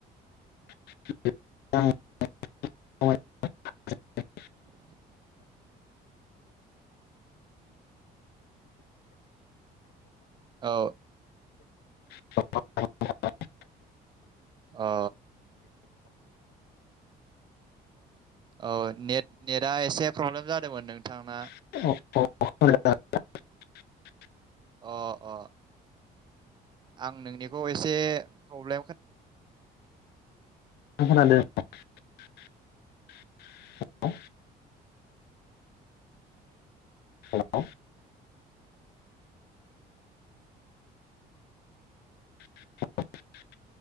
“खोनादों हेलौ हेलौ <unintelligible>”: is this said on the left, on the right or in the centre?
Left